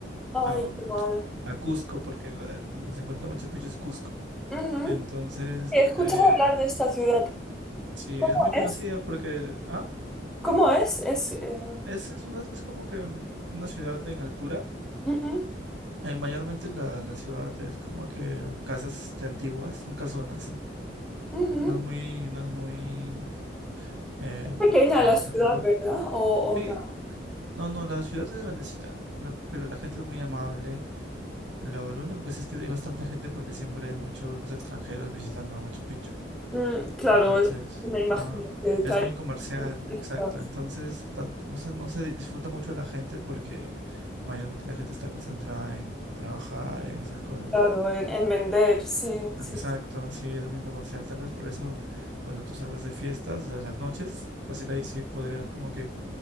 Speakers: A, in the centre; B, on the right (about 85°).
A: Ay,
B: am,
A: qué mal.
B: a Cusco, porque la- donde se encuentra Machu Picchu es Cusco.
A: Ujú.
B: Entonces,
A: He escuchado
B: eh,
A: hablar de esta ciudad.
B: sí,
A: ¿Cómo
B: es muy conocida
A: es?
B: porque ah,
A: ¿Cómo es? Es, eh,
B: es, es, una- es como que mm, una ciudad en altura
A: ujú,
B: Eh, mayormente la, la ciudad es como que casas este, antiguas, son casonas.
A: ujú.
B: No es muy, no es muy, eh,
A: Es pequeña
B: como
A: la ciudad,
B: tipo, como-
A: ¿verdad? O,
B: sí,
A: o gran-
B: no, no, la ciudad es grandecita, lo- pero la gente es muy amable. Lo, lo único que sí es que hay bastante gente porque siempre hay muchos extranjeros visitando Machu Picchu.
A: Mm, claro,
B: Entonces,
A: me imagino
B: ajá,
A: que
B: es
A: que hay...
B: muy comercial,
A: turistas.
B: exacto. Entonces, tanto- no se, no se disfruta mucho la gente porque mayormente la gente está concentrada en co- trabajar, en esas cosas.
A: Claro, en, en vender, sí, sí.
B: Exacto,
A: sí.
B: sí, es muy comercial. Tal vez por eso cuando tú salgas de fiestas, o sea, en las noches, fácil ahí sí podrías como que